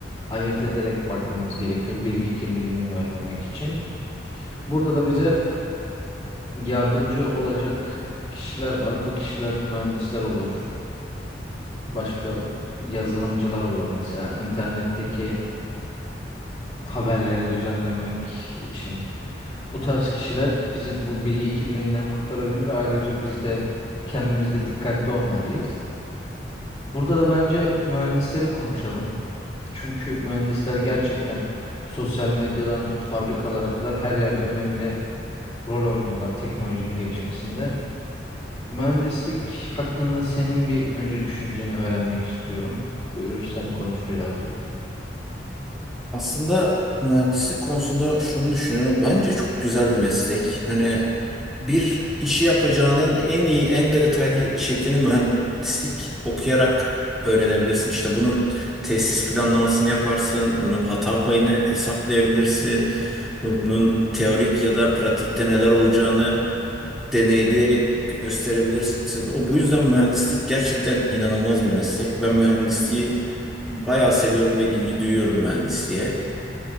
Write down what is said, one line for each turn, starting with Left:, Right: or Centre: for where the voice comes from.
Left: ayırt ederek bakmamız gerekiyor bilgi kirliliğini önlemek için. Burada da bize yardımcı olacak kişiler var. Bu kişiler mühendisler olur. Başka yazılımcılar olur mesela internetteki haberleri düzenlemek için. Bu tarz kişiler bizi bu bilgi kirliliğinden kurtarabilir. Ayrıca biz de kendimizde dikkatli olmalıyız. Burada da bence mühendisleri konuşalım. Çünkü mühendisler gerçekten sosyal medyadan tut fabrikalara kadar her yerde önemli rol oynuyorlar teknolojinin gelişmesinde. Mühendislik hakkında senin bir önce düşünceni öğrenmek istiyorum. Buyur sen konuş birazcık.
Centre: Aslında mühendislik konusunda şunu düşünüyorum. Bence çok güzel bir meslek. Hani bir işi yapacağının en iyi, en detaylı şeklini mühendislik okuyarak öğrenebilirsin. İşte bunun tesis planlamasını yaparsın, bunun hata payını hesaplayabilirsin, bunun teorik ya da pratikte neler olacağını deneyleyerek gösterebilirsin. O bu yüzden mühendislik gerçekten inanılmaz bir meslek. Ben mühendisliği bayağı seviyorum ve ilgi duyuyorum mühendisliğe.